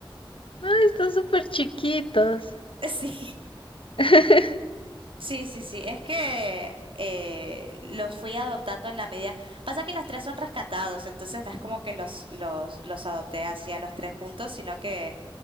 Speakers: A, on the left; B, on the right.
A: Ay, están súper chiquitos.
B: <laughs> Sí,
A: <laughs>
B: Sí, sí, sí. Es que eh, los fui adoptando en la medida. Pasa que los tres son rescatados, entonces no es como que los, los, los adopté así a los tres juntos, sino que